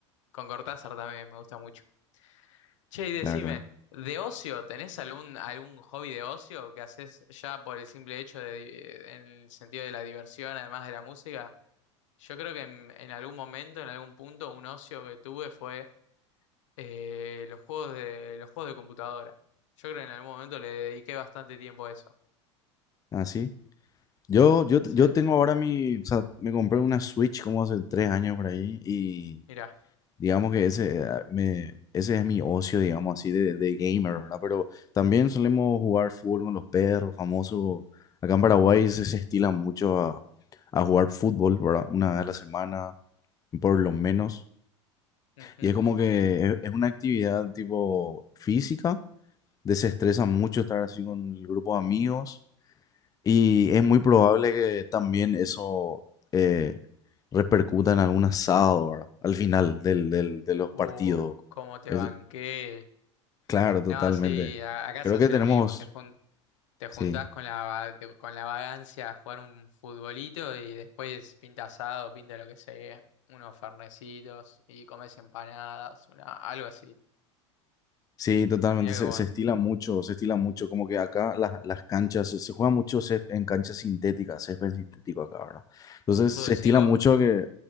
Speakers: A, on the left; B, on the left.
A: Con Cortázar también me gusta mucho. Che, y decime,
B: Claro, claro.
A: ¿de ocio tenés algún, algún hobby de ocio que haces ya por el simple hecho de, di- en el sentido de la diversión, además de la música? Yo creo que en, en algún momento, en algún punto, un ocio que tuve fue eh, los juegos de, los juegos de computadora. Yo creo que en algún momento le dediqué bastante tiempo a eso.
B: Ah, sí. Yo, yo,
A: Sí,
B: yo tengo ahora mi. O sea, me compré una Switch como hace tres años por ahí.
A: mira,
B: Digamos que ese, eh, me, ese es mi ocio, digamos así, de, de gamer, ¿verdad? Pero también solemos jugar fútbol con los perros, famoso. Acá en Paraguay se, se estila mucho a, a jugar fútbol, ¿verdad? Una vez a la semana, por lo menos.
A: ujú.
B: Y es como que es, es una actividad tipo física, desestresa mucho estar así con el grupo de amigos y es muy probable que también eso eh, repercuta en algún asado, ¿verdad? Al final del, del- de los
A: Uh,
B: partidos.
A: cómo te
B: Es-
A: banqué.
B: claro, totalmente.
A: No, sí, a- acá
B: Creo
A: se hace
B: que tenemos,
A: lo mismo. Te, jun- te juntás
B: sí,
A: con la, va- te- con la vagancia a jugar un futbolito y después pinta asado, pinta lo que sea. Unos fernecitos y comes empanadas, una, algo así.
B: Sí, totalmente,
A: Mira qué
B: se,
A: bueno.
B: se estila mucho, se estila mucho, como que acá las, las canchas, se, se juega mucho césped en canchas sintéticas, césped sintético acá, ¿verdad? Entonces
A: ¿Fútbol
B: se estila
A: cinco,
B: mucho que,